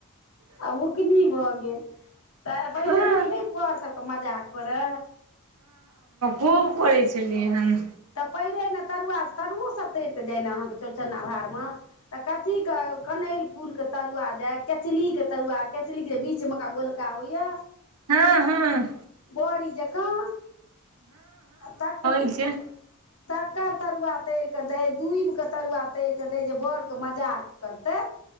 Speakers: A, on the left; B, on the right.
A: आ उकनी भऽ गेल तऽ पहिल
B: हूँ
A: लोक नहि पढ़ सक मजाक करे
B: खूब करै छलियै हन।
A: तब पैरै ने तरुआ तरुओसभ तर कऽ जाय ने अहाँकेँ चौड़चन्ना भारमे तऽ कथीके कनैल फूलके तरुआ जा केचली के तरुआ केचलीके बीचमेकरा गोल गावैया।
B: हँ। हँ
A: बरी जकाँ तक
B: ठीक छै <unintelligible>
A: तकर तरुआ तैर के दै दुईभ के तरुआ तैर क दै जे बड़ के मजाक करतै